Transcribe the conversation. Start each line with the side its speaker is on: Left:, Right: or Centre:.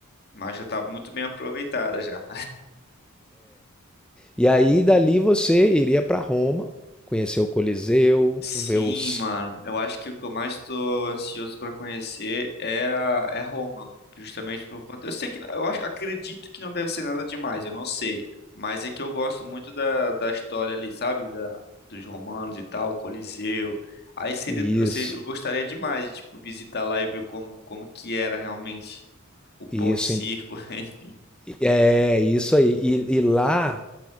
Left: mas já tá muito bem aproveitada já.
Centre: E aí dali você iria para Roma, conhecer o Coliseu,
Left: Sim,
Centre: ver os
Left: mano. Eu acho que o que eu mais tô ansioso pra conhecer é a, é Roma, justamente por conta. Eu sei que eu acho, acredito que não deve ser nada demais, eu não sei, mas é que eu gosto muito da, da história ali, sabe? Da dos romanos e tal, Coliseu. Aí seria,
Centre: isso,
Left: eu sei, eu gostaria demais, tipo, visitar lá e ver como como que era realmente o pão
Centre: isso
Left: e circo, <laughs> enfim.
Centre: é isso aí. E, e lá